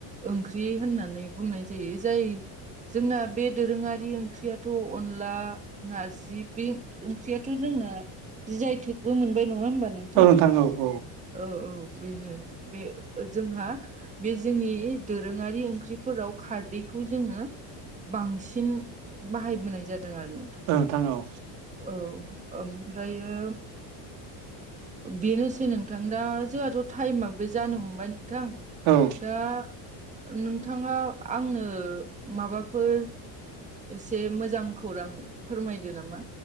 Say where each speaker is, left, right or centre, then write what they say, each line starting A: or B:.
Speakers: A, on the right; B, on the right.
A: ओंख्रि होननानै बुंनाय जायो जाय जोंना बे दोरोङारि ओंख्रियाथ' अनला। नारजि बे ओंख्रियाथ' जोंना जि जियाथेगबो मोनबाय नङा होमबा नों
B: औ थांगौ औ-औ
A: औ औ बेनो बे ओ जोंहा बे जोंनि दोरोङारि ओंख्रिफोराव खारदैखौ जोंङो बांसिन बाहायबोनाय जादों आरो न
B: नोंथां औ
A: औ ओमफ्रायो ओ बेनोसै नोंथां दा जोंहाथ' टाइमाबबो जानो हमबाय नोंथां।
B: औ
A: दा नोंथाङा आंनो माबाफोर एसे मोजां खौरां फोरमायदो नामा